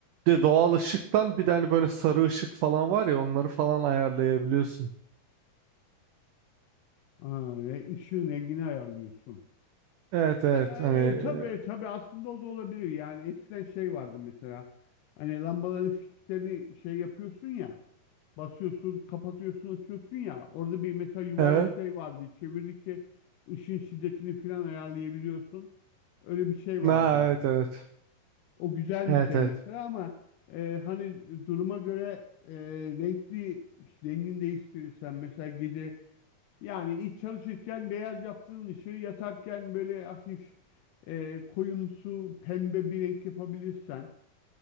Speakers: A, on the right; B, on the left.
A: bir de doğal ışıktan bir de hani böyle sarı ışık falan var ya onları falan ayarlayabiliyorsun.
B: Aa, re- ışığın rengini ayarlıyorsun.
A: Evet evet
B: E,
A: hani
B: e,
A: e,
B: tabii tabii aslında o da olabilir. Yani eskiden şey vardı mesela. Hani lambaların fişlerini şey yapıyorsun ya. basıyorsun, kapatıyorsun, açıyorsun ya. Orada bir mesela yuvarlak
A: evet.
B: şey vardı. Çevirdikçe ışın şiddetini falan ayarlayabiliyorsun. Öyle bir şey vardı
A: Ha,
B: yani.
A: evet evet.
B: O güzel
A: Evet
B: bir şey
A: evet.
B: mesela ama e, hani duruma göre e, renkli rengini değiştirirsen mesela gece yani iç çalışırken beyaz yaptığın ışığı yatarken böyle hafif e, koyumsu pembe bir renk yapabilirsen